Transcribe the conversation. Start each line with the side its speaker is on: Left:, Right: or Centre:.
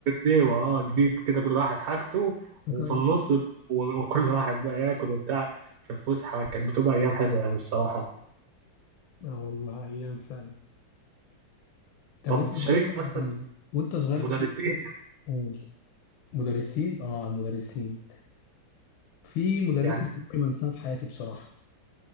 Right: أيوة أه تجيب كده كل واحد حاجته
Left: <laughs>
Right: وفي النص و- وكل واحد بقى ياكل وبتاع في الفسحة كانت بتبقى أيام حلوة يعني الصراحة
Left: اه والله ايام فعلا طب
Right: طب
Left: وانت
Right: شاركت
Left: صغير
Right: مثلا
Left: وانت صغير
Right: مدرسين
Left: في قول مدرسين اه على المدرسين في مدرسة
Right: يعني
Left: عمري ما انساها في حياتي بصراحة